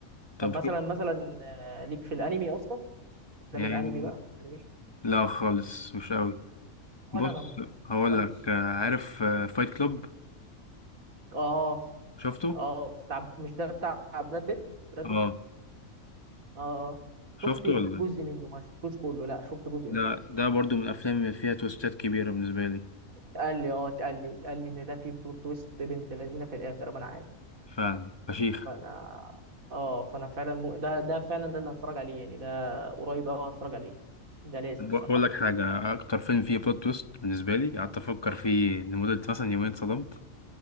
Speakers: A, on the left; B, on the right.
A: طب
B: طب
A: شوف
B: مثلا مثلا آه، ليك في الأنمي أصلا أفلام
A: يعني
B: الأنمي بقى أنمي
A: لا خالص مش قوي بص
B: ولا أنا برضو
A: هقول
B: كويس
A: لك آه، عارف فايت كلوب
B: آه
A: شفته
B: اه بتاع مش ده بتاع براد بيت براد
A: اه
B: بيت اه اه.
A: شفته
B: شفت جزء
A: ولا
B: منه ما شفتوش كله لا شفت جزء
A: ده
B: منه
A: ده برضو من الافلام اللي فيها تويستات كبيره بالنسبه لي
B: اتقال لي اه اتقال لي اتقال لي ان ده في بلوت تويست بنت لذينه في الاخر ما انا عارف
A: فعلا فشيخ
B: فانا اه فانا فعلا م... ده ده فعلا ده اللي هتفرج عليه يعني ده قريب قوي هتفرج عليه ده لازم
A: طب
B: الصراحه
A: هقول لك حاجه اكتر فيلم فيه بلوت تويست بالنسبه لي قعدت افكر فيه لمده مثلا يومين اتصدمت